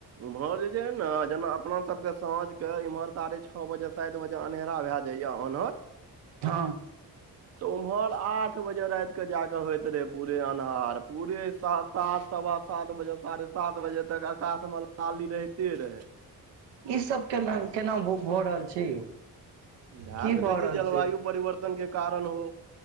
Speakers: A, on the right; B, on the right.
A: उम्हर जे छै न जेना अपना सबके साँझ के इम्हर साढ़े छओ बजे सात बजे अन्हेरा भए जाइय ओन्हर
B: हँ
A: तऽ उम्हर आठ बजे राइत क जा कऽ होइत रहे पूरे अन्हार पूरे सा सात सवा सात बजे साढ़े सात बजे तक आकाश मे लाली रहिते रहे
B: ईसब केना केना भऽ रहल छै
A: इएह
B: की
A: तऽ
B: भऽ
A: कहै छै
B: रहल
A: जलवायु परिवर्तनके कारण हो